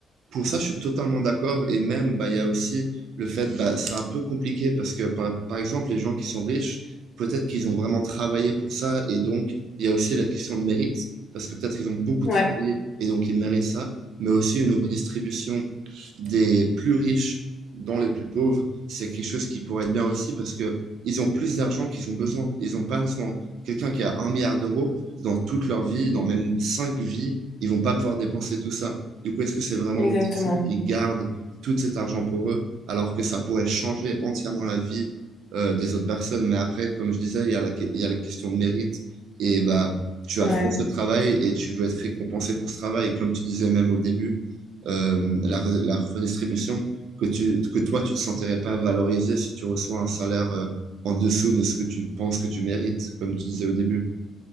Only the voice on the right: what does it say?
pour ça, je suis totalement d'accord. Et même, bah, il y a aussi le fait, bah, c'est un peu compliqué parce que, par, par exemple, les gens qui sont riches, peut-être qu'ils ont vraiment travaillé pour ça. Et donc, il y a aussi la question de mérite, parce que peut-être ils ont beaucoup
travaillé et donc ils méritent ça. Mais aussi une redistribution des plus riches dans les plus pauvres, c'est quelque chose qui pourrait être bien aussi parce que ils ont plus d'argent qu'ils ont besoin. Ils n'ont pas nécessairement quelqu'un qui a un milliard d'euros dans toute leur vie, dans même cinq vies, ils vont pas pouvoir dépenser tout ça. Du coup, est-ce que c'est vraiment
nécessaire qu'ils gardent tout cet argent pour eux, alors que ça pourrait changer entièrement la vie euh, des autres personnes? Mais après, comme je disais, il y a la, que- il y a la question de mérite. Et bah, tu
as fait ce travail et tu veux être récompensé pour ce travail. comme tu disais même au début, euh, la, re- la redistribution, que, tu, que toi, tu ne te sentirais pas valorisé si tu reçois un salaire euh, en dessous de ce que tu penses que tu mérites, comme tu disais au début.